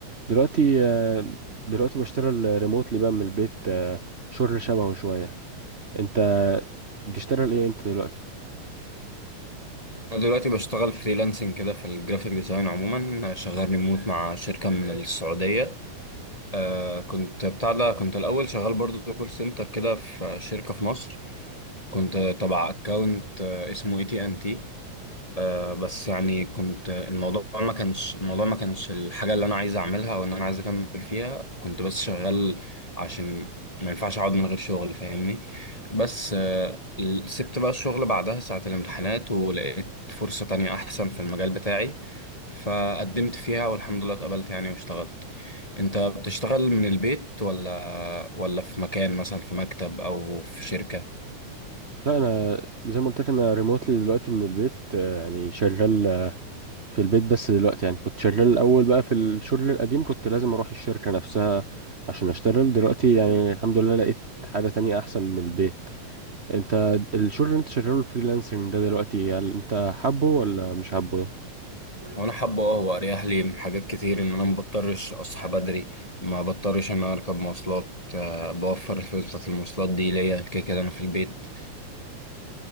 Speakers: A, on the right; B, on the left.
A: دلوقتي آه، دلوقتي بشتغل ريموتلي بقى من البيت آه، شغل شبهه شويه انت بتشتغل ايه انت دلوقتي
B: انا دلوقتي بشتغل فريلانسنج كده في الجرافيك ديزاين عموما آه، شغال ريموت مع شركة من السعودية آه كنت بتاع ده كنت الاول شغال برضه كول سنتر كده في شركة في مصر كنت تبع اكونت اسمه اي تي ان تي آه بس يعني كنت الموضوع ما كانش الموضوع ما كانش الحاجة اللي أنا عايز أعملها وإن أنا عايز أكمل فيها كنت بس شغال عشان ما ينفعش أقعد من غير شغل فاهمني بس آه ال- سبت بقى الشغل بعدها ساعة الامتحانات ولقيت فرصة تانية أحسن في المجال بتاعي فقدمت فيها والحمد لله اتقبلت يعني واشتغلت أنت بتشتغل من البيت ولا ولا في مكان مثلا في مكتب أو في شركة؟
A: لا انا زي ما قلت لك انا ريموتلي دلوقتي من البيت آه، يعني شغال في البيت بس دلوقتي يعني كنت شغال الأول بقى في الشغل القديم كنت لازم أروح الشركة نفسها عشان أشتغل دلوقتي يعني الحمد لله لقيت حاجة تانية أحسن من البيت أنت الشغل اللي أنت شغاله الفريلانسنج ده دلوقتي هل أنت حابه ولا مش حابه؟
B: وانا حابه اه هو اريح لي من حاجات كتير ان انا ما بضطرش اصحى بدري ما بضطرش ان انا اركب مواصلات آه، بوفر الفلوس بتاعت المواصلات دي ليا كده كده انا في البيت